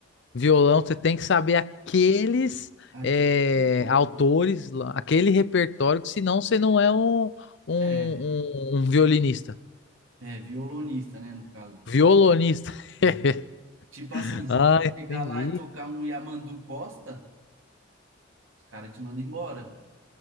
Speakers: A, on the left (about 60°); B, on the right (about 85°).
A: Violão, você tem que saber aqueles
B: Aquele
A: eh,
B: repertório.
A: autores, lá, aquele repertório, que senão você não é um, um,
B: É,
A: um um violinista.
B: é, violonista, né, no caso.
A: Violonista.
B: É.
A: <laughs>
B: Tipo assim, se
A: Ah,
B: você
A: entendi.
B: chegar lá e tocar um Yamandu Costa, os caras te mandam embora.